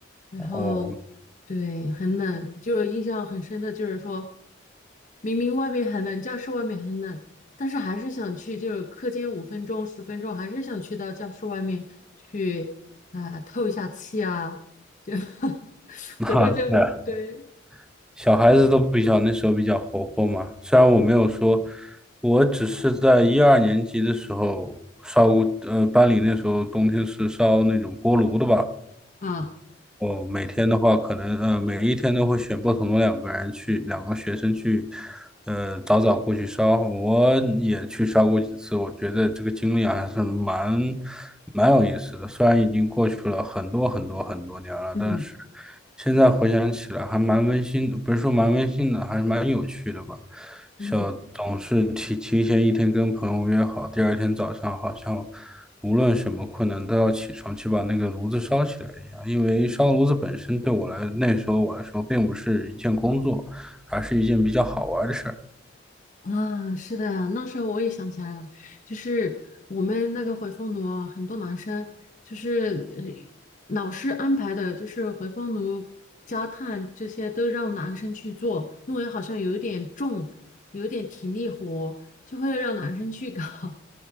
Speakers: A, on the left; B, in the centre.
A: 然后对，
B: 哦，
A: 很冷，就是印象很深的，就是说明明外面很冷，教室外面很冷，但是还是想去，就是课间五分钟、十分钟，还是想去到教室外面去啊、呃透一下气啊，就 <laughs>
B: <laughs> 那对啊
A: 回到教室，对
B: <laughs> 小孩子都比较那时候比较活泼嘛。虽然我没有说，我只是在一二年级的时候烧过，呃，班里那时候冬天是烧那种锅炉的吧，
A: 啊，
B: 我每天的话，可能呃每一天都会选不同的两个人去，两个学生去，呃早早过去烧，我也去烧过几次，我觉得这个经历还是蛮蛮有意思的。虽然已经过去了很多很多很多年了，
A: 嗯，
B: 但是现在回想起来还蛮温馨的，不是说蛮温馨的，还是蛮有趣的吧。
A: 嗯。
B: 小总是提提前一天跟朋友约好，第二天早上好像无论什么困难都要起床去把那个炉子烧起来一样。因为烧炉子本身对我来那时候我来说并不是一件工作，而是一件比较好玩的事儿。
A: 啊，是的，那时候我也想起来了，就是我们那个回风炉啊，很多男生就是呃老师安排的，就是回风炉、加炭这些都让男生去做，因为好像有一点重，有一点体力活，就会让男生去搞。